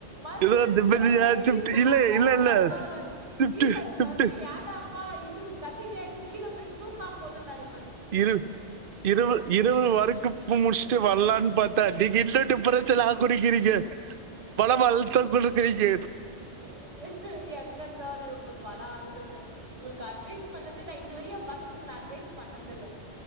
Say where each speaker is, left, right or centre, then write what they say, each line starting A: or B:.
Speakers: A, on the right; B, on the right.
A: மனுசனுக்கு
B: ஏதோ நிம்மதியா
A: இதெல்லா வெளியே
B: ஷிஃப்ட்
A: இப்பதா
B: இல்ல
A: பேசணு
B: இல்ல இல்ல
A: தோழர்
B: ஷிஃப்ட்
A: வீட்ல
B: ஷிஃப்ட்
A: சனியன் ஏன்டாப்பா இது கண்டினியாய்ட் கீழே போய் தூங்கனா போது நெனப்போ
B: இரு இருவு இருரவு வரைக்கு பு முடிச்சுட்டு வரலான் பாத்தா நீங்க இல்லான்ட்டு பிரச்சல்லா குடுக்கிறீங்க மணம் அழுத்தம் குடுக்கறீங்க
A: எங்க எங்கத் தோழர் உங்களுக் மண ஆழுத்தம் ப உங்களுக்கு அட்வைஸ் பண்ணது நா இதுவரை எ பசங்கக்கு நா அட் வைஸ் பண்ணதுல்ல